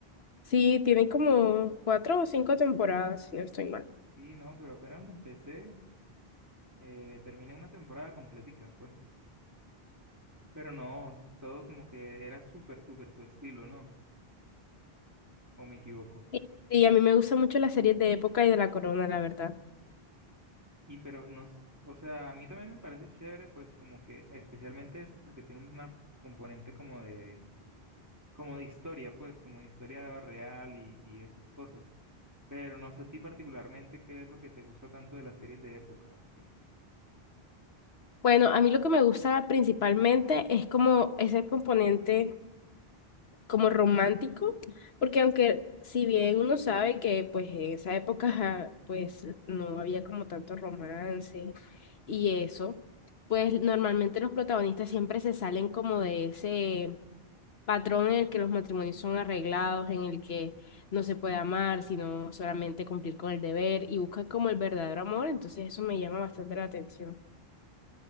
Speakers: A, on the left; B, on the right.
A: Sí, tiene como cuatro o cinco temporadas, si no estoy mal.
B: Sí, no, pero apenas la empecé, eh, terminé una temporada completica, fue. Pero no, todo como que era súper, súper tu estilo, ¿no? ¿O me equivoco?
A: Sí, sí, a mí me gustan mucho las series de época y de La Corona, la verdad.
B: Y pero nos, o sea, a mí también me parece chévere, pues como que especialmente esto porque tiene una componente como de como de historia, pues, como de historia real y, y esas cosas. Pero no sé a ti particularmente qué es lo que te gusta tanto de las series de época. Ok,
A: Bueno, a mí lo que me gusta principalmente es como ese componente. como romántico, porque aunque si bien uno sabe que pues en esa época ajá, pues no había como tanto romance y eso, pues normalmente los protagonistas siempre se salen como de ese patrón en el que los matrimonios son arreglados, en el que no se puede amar, sino solamente cumplir con el deber y buscan como el verdadero amor, entonces eso me llama bastante la atención.